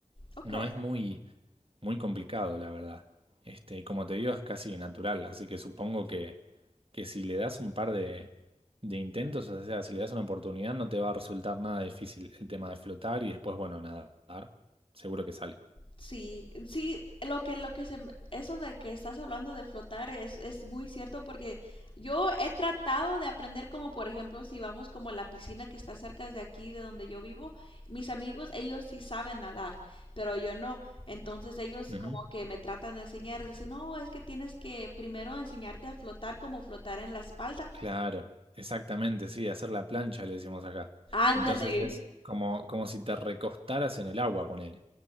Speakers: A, on the left; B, on the right.
A: ok.
B: No es muy muy complicado, la verdad. Este, y como te digo, es casi natural, así que supongo que, que si le das un par de, de intentos, o sea, si le das una oportunidad, no te va a resultar nada difícil el tema de flotar y después, bueno, nadar, seguro que sale.
A: sí, sí, lo que, lo que se, m- eso de que estás hablando de flotar es, es muy cierto porque yo he tratado de aprender como, por ejemplo, si vamos como a la piscina que está cerca de aquí, de donde yo vivo, mis amigos, ellos sí saben nadar, pero yo no. Entonces ellos
B: Ujú.
A: como que me tratan de enseñar, dicen, no, es que tienes que primero enseñarte a flotar como flotar en la espalda.
B: Claro, exactamente, sí, hacer la plancha le decimos acá.
A: Ándale.
B: Entonces es como, como si te recostaras en el agua, ponele.